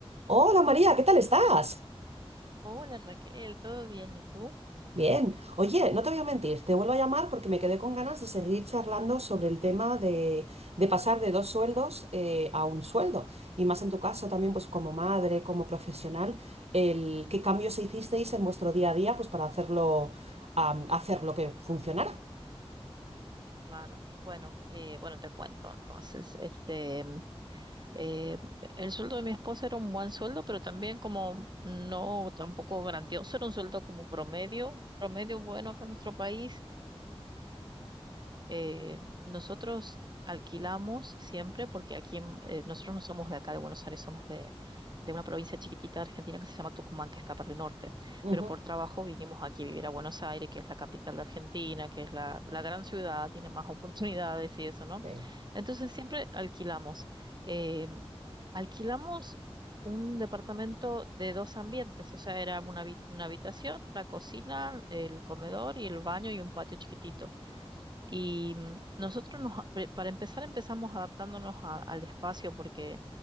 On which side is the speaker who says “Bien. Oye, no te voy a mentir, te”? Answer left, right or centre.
Right